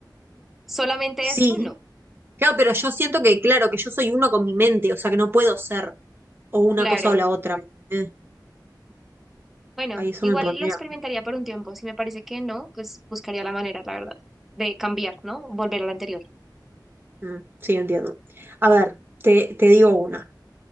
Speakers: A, in the centre; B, on the right (about 30°).
A: Solamente
B: sí.
A: eso, no,
B: Claro, pero yo siento que, claro, que yo soy uno con mi mente, o sea que no puedo ser o una
A: claro.
B: cosa o la otra. ¿entendés?
A: Bueno,
B: Ahí eso
A: igual
B: me pondría.
A: lo experimentaría por un tiempo. Si me parece que no, pues buscaría la manera, la verdad, de cambiar, ¿no? Volver a la anterior.
B: Mm, mm, sí, entiendo. A ver, te, te digo una.